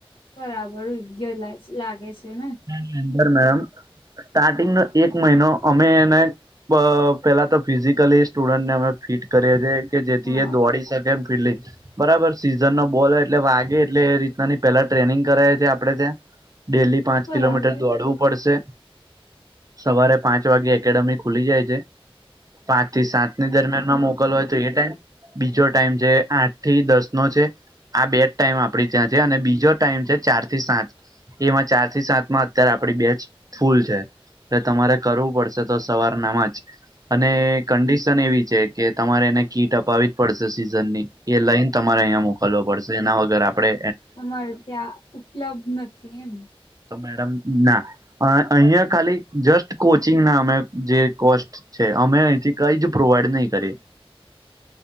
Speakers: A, on the left; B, on the right.
A: બરાબર યોગયો લાગે છે ને.
B: મેમ સ્ટાર્ટિંગ નો એક મહિનો અમે એને પેલા તો ફિઝિકલી સ્ટુડન્ટને અમે ફિટ કરે છે કે જેથી
A: હા
B: એ દોડી શકે ફી બરાબર સીઝન નો બોલ એટલે વાગે એટલે એ રીતનાની પેલા ટ્રેનિંગ કરાવી આપડે ત્યાં ડેલી પાંચ
A: બરાબર
B: કિલોમીટર દોડવું પડશે, સવારે પાંચ વાગે એકેડેમી ખુલી જાય જે પાંચ થી સાત ની દરમિયાનમાં મોકલ વો હોય તો એ ટાઈમ બીજો ટાઈમ છે આઠ. થી દસ નો છે. આ બે જ ટાઈમ આપે ત્યાં છે અને બીજો ટાઈમ છે ચાર થી સાત એમાં ચાર થી સાત માં અત્યારે આપડી બે જ ફૂલ છે. ને તમારે કરવું પડશે તો સવારનામાં જ. અને કંડિશન એવી છે કે તમારે એને કીટ અપાવી જ પડશે સિઝન ની એ લઈન તમારે અહિયા મોકલવા પડશે એના વગર આપડે
A: તમારે ત્યાં ઉપલબ્ધ નથી એમ.
B: તો મેડમ ના અ અહિયાં ખાલી જસ્ટ કોચિંગ ના અમે જે કોસ્ટ છે અમે અહીથી કઈ જ પ્રોવાઈડ નહી કરીએ.